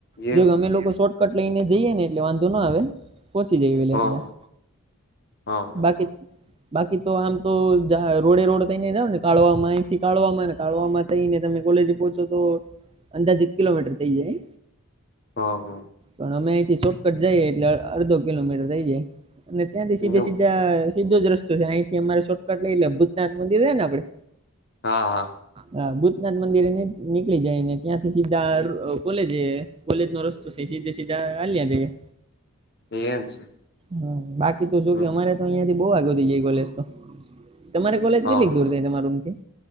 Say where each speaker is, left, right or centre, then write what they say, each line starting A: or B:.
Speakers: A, on the left (about 45°); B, on the right (about 25°).
A: એવું
B: જોકે અમે લોકો શોર્ટકટ લઈને જઈએ ને એટલે વાંધો ના આવે, પહોંચી જઈ વહેલાં
A: હા
B: ન્યાં.
A: હા. હા
B: બાકી બાકી તો આમ તો જા રોડે-રોડ થઈને જાવ ને કાડવામાં, અહીંથી કાડવામાં ને કાડવામાં થઈને તમે કોલેજ પહોંચો તો અંદાજિત કિલોમીટર થઈ જાય.
A: હા, હા.
B: પણ અમે અહીંથી શોર્ટકટ જાઈએ એટલે અડધો કિલોમીટર થઈ જાય. અને ત્યાંથી સીધે-સીધા
A: એવું
B: સીધો જ રસ્તો છે, અહીંથી અમારે શોર્કટ લઈ લે, ભૂતનાથ મંદિર હે ને આપણે?
A: હા, હા.
B: હા ભૂતનાથ મંદિરેને નીકળી જાય ને ત્યાંથી સીધા કોલેજે કોલેજ નો રસ્તો સે, સીધે-સીધા હાલ્યા જાઈએ.
A: એમ છે.
B: હા. બાકી તો જો
A: હમ
B: કે અમારે તો અહિયાં થી બહુ આઘો થઈ જાય કોલેજ તો. તમારે કોલેજ
A: હા
B: કેટલીક
A: હા
B: દૂર થાય તમારા રૂમ થી?